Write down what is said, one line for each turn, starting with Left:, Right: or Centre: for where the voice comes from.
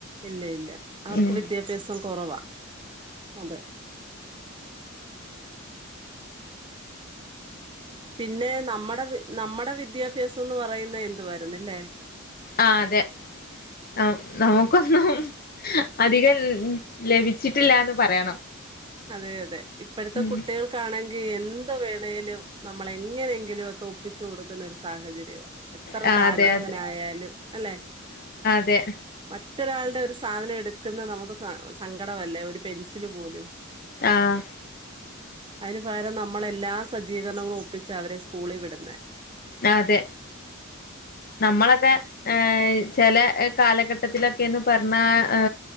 Right: ഇല്ല ഇല്ല അവർക്ക്
Left: ഉം
Right: വിദ്യാഭ്യാസം കൊറവാ അതെ പിന്നെ നമ്മടെ വി നമ്മട വിദ്യ സൊനുപറയുന്ന ന്തുവാരുന്നില്ലേ
Left: ആ അതെ ആ നോ <unintelligible> അധികം <unintelligible> ച്ചിട്ടില്ലാന് പറയണം
Right: അതെ അതെ എപ്പഴത്ത
Left: ഉം
Right: കുട്ടികൾക് ആണെങ്കി എന് എന്ത്‌ വേണേലും നമ്മളെങ്ങനെങ്കിലുവൊക്കെ ഒപ്പിച്ചു കൊടുക്കുന്ന ഒരു സാഹചര്യവാ എത്ര
Left: ആ
Right: തര്ന്നവനായാല്ലും
Left: അതെ അതെ
Right: ല്ലെ
Left: രെ
Right: മറ്റൊരാൾടെ ഒരു സാധന എടുക്ക്ന്നെ നമ്മക്ക് സ സങ്കടവല്ലേ ഒരു പെൻസില് പോലും
Left: ആഹ്
Right: അതിന് പകരം നമ്മള് എല്ലാ സജീകരണങ്ങളും ഒപ്പിച്ചാ അവരെ സ്കൂളിൽ വിട്ന്നേ
Left: ആ അതെ നമ്മളെ ക്കെ ചെല കാലഘട്ടത്തിലൊക്കെ ന്ന് പറഞ്ഞാ എ്